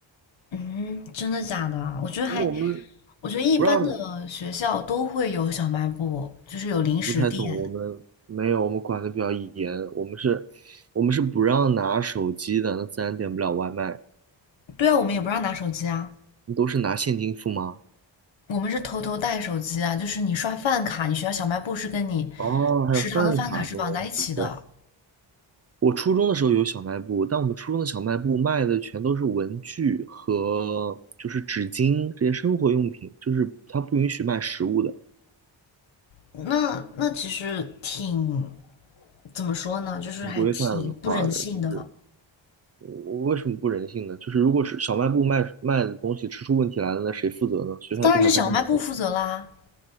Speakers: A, on the left; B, on the right.
A: 嗯，真的假的啊？我觉得还，
B: 因为我们
A: 我觉得一般的学校都会有小卖部，
B: 不让的
A: 就是有零食店。
B: 不太懂，我们没有，我们管的比较严，我们是，我们是不让拿手机的，那自然点不了外卖，
A: 对啊，我们也不让拿手机啊，
B: 你都是拿现金付吗？
A: 我们是偷偷带手机啊。就是你刷饭卡，你学校小卖部是跟你
B: 哦，还有饭卡这种东西，
A: 食堂的饭卡是绑在一起的。
B: 对。我初中的时候有小卖部，但我们初中的小卖部卖的全都是文具和就是纸巾这些生活用品，就是它不允许卖食物的。
A: 那那其实挺怎么说呢，就是还挺不人性的。
B: 挺规范化的，就是我我为什么不人性呢？就是如果是小卖部卖卖的东西吃出问题来了，那谁负责呢？学校也不想担任责任。
A: 当然是小卖部负责啦，